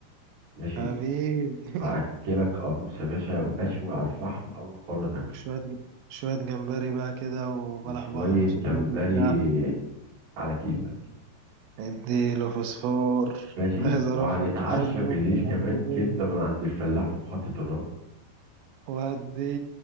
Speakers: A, on the right; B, on the right.
A: ماشي
B: حبيبي <laughs>
A: هاكلك قاروص يا باشا مشوي على الفحم اول مره تاكله
B: شوية شوية جمبري بقى كده وبلح
A: وشويه
B: بحر وصبيط
A: جمبري
B: وبتاع
A: على كيفك
B: اديله فوسفور
A: ماشي
B: عايز
A: وهنتعشى
B: ارمى عايز ارمى
A: بالليل كمان
B: العمتين
A: كبده من عند الفلاح في محطه الرمل
B: وادي